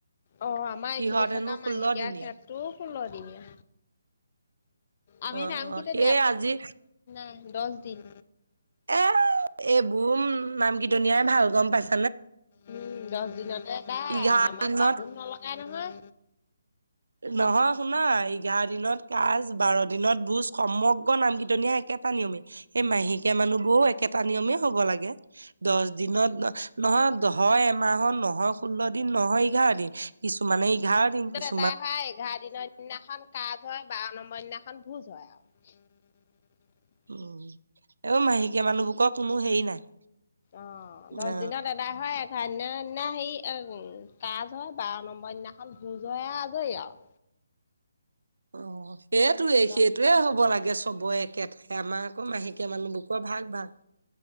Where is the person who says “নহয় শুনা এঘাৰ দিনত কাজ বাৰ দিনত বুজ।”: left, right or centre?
Right